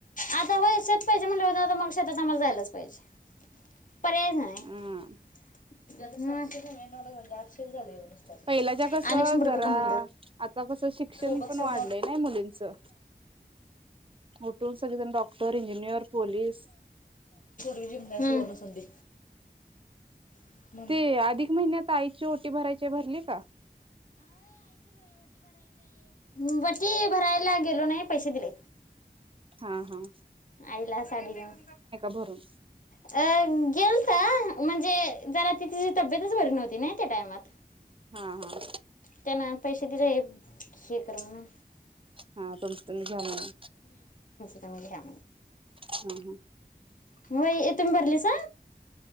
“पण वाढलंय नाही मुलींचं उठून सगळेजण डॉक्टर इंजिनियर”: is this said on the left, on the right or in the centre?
Right